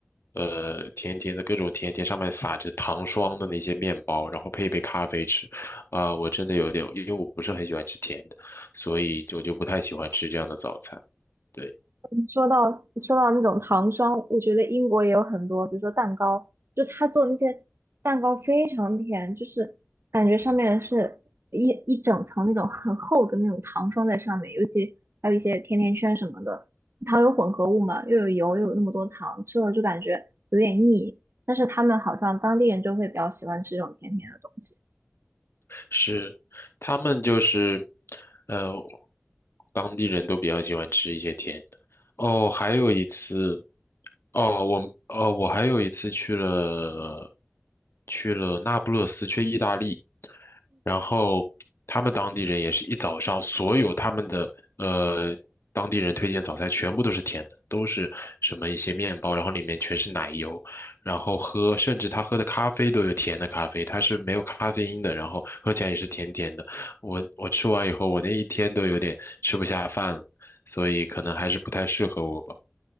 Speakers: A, on the left; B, on the right.
A: 呃甜甜的各种甜甜上面撒着糖霜的那些面包，然后配一杯咖啡吃。啊、我真的有点，因为我不是很喜欢吃甜的，所以我就不太喜欢吃这样的早餐。对。
B: 嗯说到说到那种糖霜，我觉得英国也有很多，比如说蛋糕，就他做那些蛋糕非常甜，就是感觉上面是一一整层那种很厚的那种糖霜在上面，尤其还有一些甜甜圈什么的，糖有混合物嘛，又有油，又有那么多糖，吃了就感觉有点腻。但是他们好像当地人就会比较喜欢吃这种甜甜的东西。
A: 是，他们就是，呃，当地人都比较喜欢吃一些甜的。哦，还有一次，哦，我哦，我还有一次去了去了那不勒斯，去意大利，然后他们当地人也是一早上，所有他们的呃当地人推荐早餐全部都是甜的，都是什么一些面包，然后里面全是奶油，然后喝，甚至他喝的咖啡都有甜的咖啡，它是没有咖啡因的，然后喝起来也是甜甜的。我我吃完以后，我那一天都有点吃不下饭了，所以可能还是不太适合我吧。